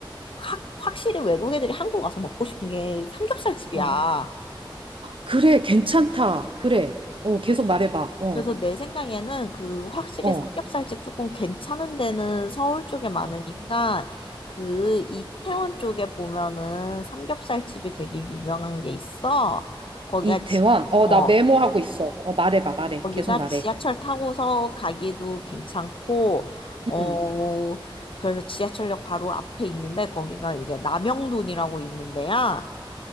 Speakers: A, on the left; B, on the right.
A: 확, 확실히 외국 애들이 한국 와서 먹고 싶은 게 삼겹살집이야.
B: 어. 그래, 괜찮다. 그래. 어, 계속 말해봐.
A: 그치.
B: 어,
A: 그래서 내 생각에는 그 확실히
B: 어.
A: 삼겹살집 조금 괜찮은 데는 서울 쪽에 많으니까
B: 어.
A: 그 이태원 쪽에 보면은 삼겹살집이 되게 유명한 게 있어. 거기가
B: 이태원?
A: 지-
B: 어,
A: 어
B: 나 메모하고 있어. 어, 말해봐, 말해.
A: 거기가
B: 계속 말해.
A: 지하철 타고서 가기도 괜찮고 어
B: 응.
A: 그래서 지하철역 바로 앞에 있는데 거기가 이제 남영돈이라고 있는데야.